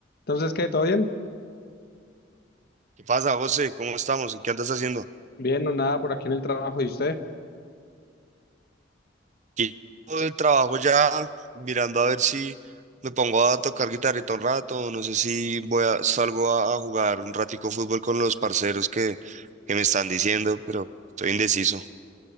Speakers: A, on the left (about 55°); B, on the right (about 40°).
A: Entonces, ¿qué? ¿Todo bien?
B: ¿Qué pasa, José? ¿Cómo estamos? ¿En qué andas haciendo?
A: Bien no nada por aquí en el trabajo. ¿Y usted?
B: Aquí todo el trabajo ya mirando a ver si me pongo a tocar guitarrita un rato, no sé si voy a, salgo a, a jugar un ratico fútbol con los parceros que, que me están diciendo, pero estoy indeciso.